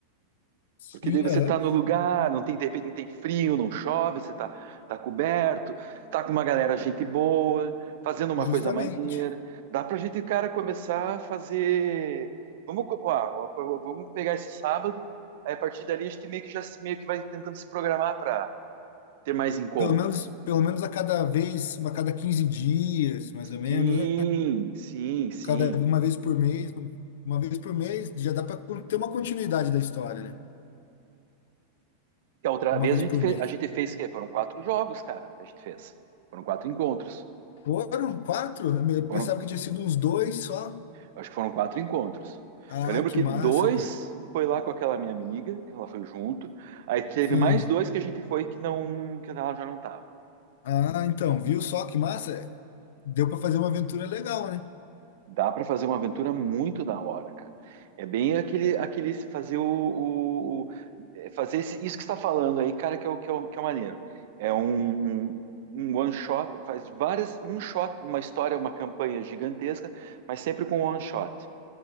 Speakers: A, on the left; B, on the right.
A: Sim,
B: Porque daí você
A: aham,
B: está no lugar, não tem, de repente não tem frio, não chove, você está tá coberto, tá com uma galera, gente boa, fazendo uma
A: justamente.
B: coisa maneira. Dá pra gente, cara, começar a fazer. Vamos, co- ó, ó, vamos pegar esse sábado, aí a partir dali a gente meio que já se- meio que vai tentando se programar para ter mais encontros.
A: Pelo menos, pelo menos a cada vez, uma cada 15 dias, mais ou menos,
B: Sim,
A: né?
B: sim, sim.
A: Cada uma vez por mês, uma vez por mês, já dá para ter uma continuidade da história, né?
B: E a outra
A: Uma
B: vez
A: vez
B: a gente
A: por
B: fez,
A: mês.
B: a gente fez que foram quatro jogos, cara, que a gente fez. Foram quatro encontros.
A: Foram quatro? Eu me- eu
B: Foram,
A: pensava que tinha sido uns dois só.
B: Acho que foram quatro encontros.
A: Ah,
B: Eu lembro
A: que
B: que
A: massa,
B: dois
A: cara.
B: foi lá com aquela minha amiga, que ela foi junto. Aí teve
A: Sim.
B: mais dois que a gente foi que não, que ela já não tava.
A: Ah, então, viu só que massa? Deu para fazer uma aventura legal, né?
B: Dá para fazer uma aventura muito da hora, cara. É bem aquele, aquele fazer o, o- o- é fazer esse- isso que você está falando aí, cara, que é o que é, o, que é o maneiro. É um, um um one shot, faz várias um shot, uma história, uma campanha gigantesca, mas sempre com one shot,